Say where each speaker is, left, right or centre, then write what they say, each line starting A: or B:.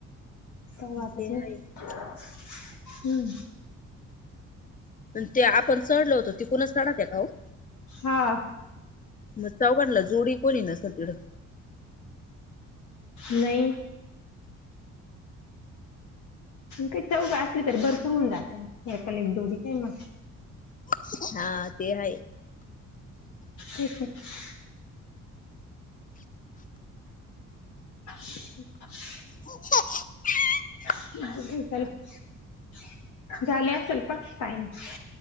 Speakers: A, on the left; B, on the left.
A: तर वाता
B: ते
A: हम्म.
B: आहे. ते आपण चढलो होतो त कुणाच चढात आहे का हो
A: हा
B: मग चौघांला जोडी कोणी ना सगड
A: नाही का चौघ असलं तरी भरपूर होऊन जाते एकाला एक डोरी नाही मग
B: <inaudible>
A: <inaudible> <unintelligible>
B: <unintelligible>
A: <unintelligible>